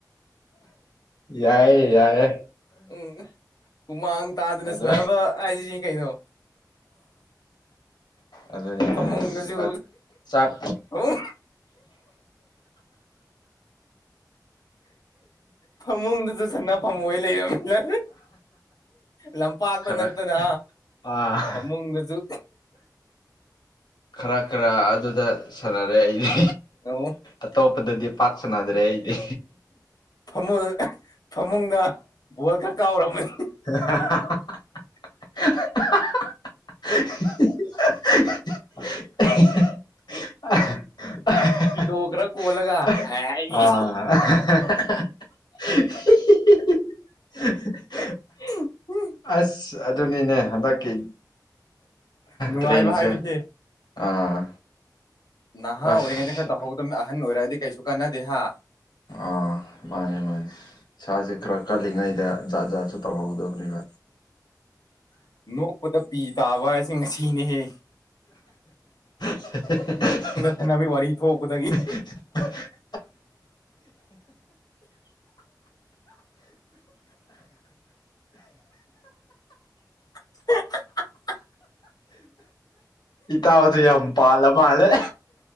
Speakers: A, on the left; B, on the left.
A: ꯌꯥꯏꯌꯦ ꯌꯥꯏꯌꯦ
B: ꯎꯝ ꯍꯨꯃꯥꯡ ꯇꯥꯗꯅ
A: ꯑꯗꯨ
B: ꯁꯅꯕ ꯍꯥꯏꯖꯤ ꯁꯤꯅꯤ ꯀꯩꯅꯣ
A: ꯑꯗꯨꯅꯦ
B: ꯐꯃꯨꯡꯗꯁꯨ
A: <unintelligible> ꯆꯥꯛ
B: ꯐꯃꯨꯡ ꯐꯃꯨꯡꯗꯁꯨ ꯁꯅ ꯐꯝ ꯑꯣꯏ ꯂꯩꯔꯝꯃꯤꯅ ꯂꯝꯄꯥꯛꯇ
A: ꯈꯔ
B: ꯅꯠꯇꯅ
A: ꯑꯥ
B: ꯐꯃꯨꯡꯗꯁꯨ
A: ꯈꯔ ꯈꯔ ꯑꯗꯨꯗ ꯁꯥꯟꯅꯔꯦ ꯑꯩꯗꯤ
B: ꯑꯣ
A: ꯑꯇꯣꯞꯄꯗꯗꯤ ꯄꯥꯛ ꯁꯅꯗ꯭ꯔꯦ ꯑꯩꯗꯤ
B: ꯐꯃꯨ ꯐꯃꯨꯡꯗ ꯕꯣꯜꯀ ꯀꯥꯎꯔꯝꯃꯅꯤ
A: <unintelligible> <unintelligible> <unintelligible> <unintelligible>
B: ꯄꯤꯂꯣ ꯈꯔ ꯀꯣꯜꯂꯒ ꯑꯩ
A: ꯑꯥ <unintelligible> ꯍꯤ ꯍꯤꯍꯤ
B: <unintelligible>
A: ꯑꯥꯁ ꯑꯗꯨꯅꯤꯅꯦ ꯍꯟꯗꯛꯀꯤ
B: ꯅꯨꯡꯉꯥꯏꯕ
A: ꯇ꯭ꯔꯦꯟꯁꯦ
B: ꯍꯥꯏꯕꯁꯦ
A: ꯑꯥ
B: ꯅꯍꯥ
A: ꯑꯁ
B: ꯑꯣꯏꯔꯤꯉꯩꯗ ꯈꯔ ꯇꯧꯍꯧꯗꯝꯅꯤ ꯑꯍꯟ ꯑꯣꯏꯔꯛꯑꯗꯤ ꯀꯩꯁꯨ ꯀꯥꯟꯅꯥꯗꯦ ꯍꯥ
A: ꯑꯥ ꯃꯥꯅꯦ ꯃꯥꯅꯦ ꯏꯁꯥꯁꯦ ꯈꯔ ꯀꯜꯂꯤꯉꯩꯗ ꯖꯥꯠ ꯖꯥꯠꯁꯨ ꯇꯧꯍꯧꯗꯥꯕꯅꯦꯕ
B: ꯅꯣꯛꯄꯗ ꯄꯤ ꯇꯥꯕ ꯍꯥꯏꯁꯦ ꯉꯥꯁꯤꯅꯦꯍꯦ
A: <unintelligible>
B: ꯈꯠꯅꯕꯤ ꯋꯥꯔꯤ ꯊꯣꯛꯄꯗꯒꯤ
A: <unintelligible>
B: <unintelligible>
A: ꯏꯇꯥꯎꯁꯦ ꯌꯥꯝ ꯄꯥꯜꯂꯥ ꯃꯥꯜꯂꯦ